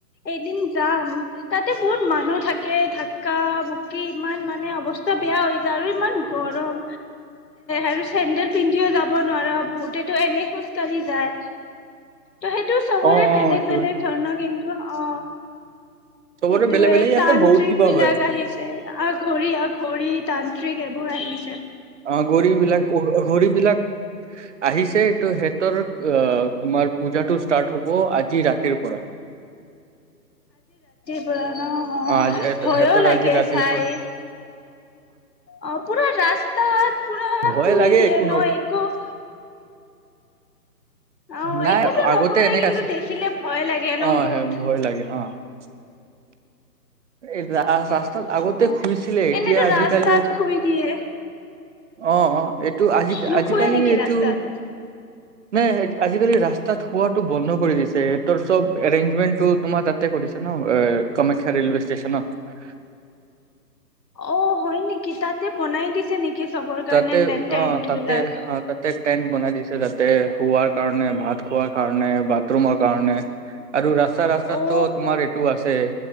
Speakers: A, on the left; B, on the right.
A: এদিন যাম তাতে বহুত মানুহ থাকে ধাক্কা মুকি ইমান মানে অৱস্থা বেয়া হৈ যায় আৰু ইমান গৰম আৰু চেন্দেল পিন্ধিও যাব নোৱাৰা বহুতেতো এনে খোজ কঢ়ি যায় ত সেইটো চবৰে
B: অ অ
A: বেলেগ
B: এইটো
A: বেলেগ ধৰণৰ কিন্তু অ
B: চবৰে
A: এইটোয়ে
B: বেলেগ বেলেগ ইয়াতে
A: তান্ত্ৰিক
B: বহুত কিবা
A: বিলাক
B: হয়
A: আহিছে অঘোৰি অঘোৰী তান্ত্ৰিক এইবোৰ আহি
B: অ গৰি বিলাক অ হৰি বিলাক আহিছে টো সিহঁতৰ আহ তোমাৰ পূজাটো ষ্টাৰ্ট হব আজি ৰাতিৰ পৰা
A: <unintelligible> অ অ
B: আজি সিহঁতৰ
A: ভয়ো লাগে
B: আজি ৰাতিৰ
A: চাই
B: পৰা
A: অ পুৰা ৰাস্তাত পুৰা
B: ভয়
A: শুই
B: লাগে
A: দিয়ে
B: একো
A: ন একো <inaudible> অ
B: নাই
A: একোতো
B: আগতে
A: নকৰে
B: এনেকা
A: কিন্তু
B: আছে
A: দেখিলে ভয় লাগে ন
B: অ
A: বহুত
B: হে ভয় লাগে <inaudible> এই ৰা ৰাস্তাত আগতে
A: অ
B: শুইছিলে এতিয়া
A: এনেতো
B: আজিকালি
A: ৰাস্তাত শুই দিয়ে
B: অ এইটো আজি
A: নুশুৱে
B: আজিকালি
A: নেকি
B: এইটো
A: ৰাস্তাত
B: নে আজিকালি ৰাস্তাত খোৱাত টো বন্ধ কৰি দি সেতৰ চব এৰেঞ্জমেন্ত টো তোমাৰ তাতে কৰিছে ন কামাখ্যা ৰেলৱে ষ্ট ষ্টেচনত।
A: অ হয় নেকি তাতে বনাই দিছে নেকি? চবৰ কাৰণে
B: তাতে
A: নে টেন্ট
B: অ' তাতে
A: বিলাক
B: অ' তাতে টেণ্ট বনাই দিছে যাতে শোৱাৰ কাৰণে ভাত খোৱাৰ কাৰণে বাথৰুমৰ কাৰণে আৰু ৰাস্তা ৰাস্তাতটো
A: অ
B: তোমাৰ এইটো আছে